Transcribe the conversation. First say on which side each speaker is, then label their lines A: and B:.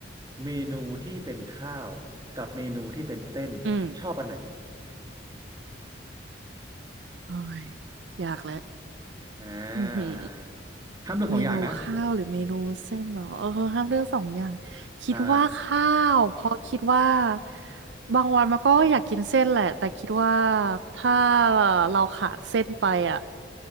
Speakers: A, on the right; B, on the right.
A: เมนูที่เป็นข้าวกับเมนูที่เป็นเส้นชอบอันไหน
B: อืมโอ้ยอยากแล้ว
A: อ่
B: อือหือ
A: าห้ามเลือกสองอย่างนะ
B: เมนูข้าวหรือเมนูเส้นเหรอเออห้ามเลือกสองอย่าง
A: <laughs>
B: คิดว่าข้าวเพราะคิดว่า
A: ใช่
B: บางวันมันก็อยากกินเส้นแหละแต่คิดว่าถ้าเราขาดเส้นไปอ่ะ